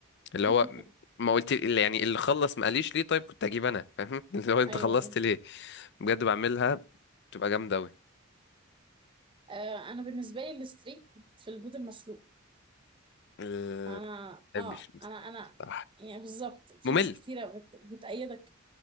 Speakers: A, on the left; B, on the right.
A: اللي
B: <laughs>
A: هو ما قلت اللي يعني اللي خلص ما قاليش ليه طيب كنت اجيب انا فاهم <laughs> اللي هو انت
B: ايوه
A: خلصت
B: ايوه
A: ليه بجد بعملها بتبقى جامده قوي
B: آه انا بالنسبه لي الستريك في البيض المسلوق
A: ال-
B: انا
A: ما
B: اه
A: بحبش المسلوق
B: انا انا
A: بصراحه
B: يعني بالظبط في
A: ممل
B: ناس كتيره بت... بتأيدك